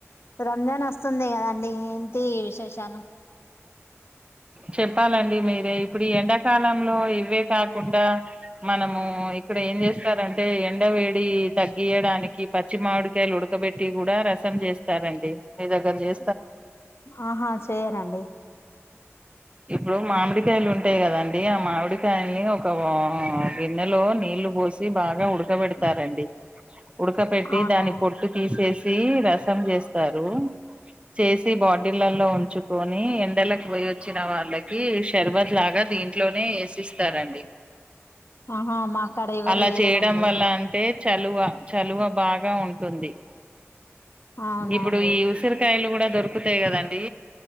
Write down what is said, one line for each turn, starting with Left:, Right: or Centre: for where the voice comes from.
Left: రంజానొస్తుంది గదండి ఏంటి విశేషాలు
Right: చెప్పాలండి మీరే ఇప్పుడు ఈ ఎండాకాలంలో ఇవే కాకుండా మనము ఇక్కడ ఏం జేస్తారంటే ఎండ వేడి తగ్గియడానికి పచ్చి మామిడికాయలు ఉడు ఉక్క పెట్టి కూడా రసం చేస్తారండి మీ దగ్గర చే
Left: ఆహా చేయరండి
Right: ఇప్పుడు మామిడికాయలు ఉంటాయి కదండి ఆ మామిడికాయల్ని ఒక గిన్నెలో నీళ్లు పోసి బాగా ఉడకబెడతారండి ఉడక పెట్టి
Left: అవునా
Right: దాని పొట్టు తీసేసి రసం చేస్తారు చేసి బాడీలలో ఉంచుకొని ఎండలకు పోయి వచ్చిన వాళ్ళకి షర్బత్ లాగా దీంట్లోనే వేసిస్తారండి
Left: ఆహా మాక్కడ ఎవరు
Right: అలా
Left: చేయనండి
Right: చేయడం వల్ల అంటే చలువ చలువ బాగా ఉంటుంది
Left: అవునా
Right: ఇప్పుడు
Left: అండి
Right: ఈ ఉసిరికాయలు కూడా దొరుకుతాయి కదండి